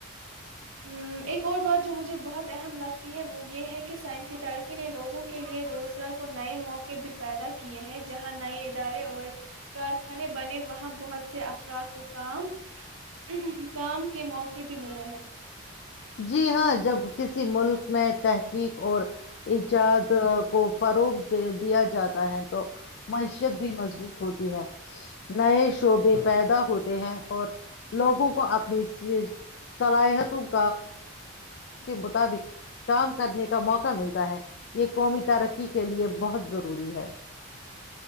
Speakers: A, on the right; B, on the left.
A: ا ایک اور بات جو مجھے بہت اہم لگتی ہے وہ یہ ہے کہ سائنسی ترقی نے لوگوں کے لیئے روزگار کو نئے موقع بھی پیدا کیے ہیں جہاں نئے ادارے اور کارخانے بنے وہاں بہت سے افراد کو کام اہ کام کے موقع بھی ملے ہیں
B: جی ہاں جب کسی ملک میں تحقیق اور ایجاد کو فروغ دیا جاتا ہے تو معیشت بھی مضبوط ہوتی ہے نئے شعبے پیدا ہوتے ہیں اور لوگوں کو اپنی صلاحیتوں کو مطابق کام کرنے کا موقع ملتا ہے یہ قومی ترقی کے لیئے بہت ضروری ہے